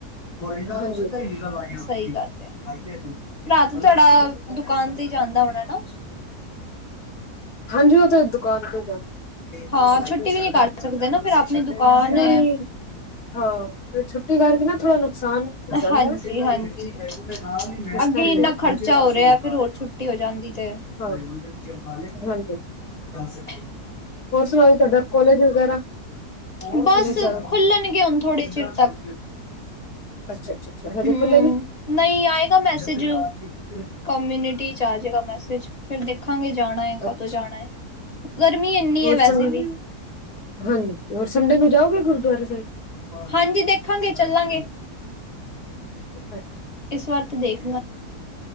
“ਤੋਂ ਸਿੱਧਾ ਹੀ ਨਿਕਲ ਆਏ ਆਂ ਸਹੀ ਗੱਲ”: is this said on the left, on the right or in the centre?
Left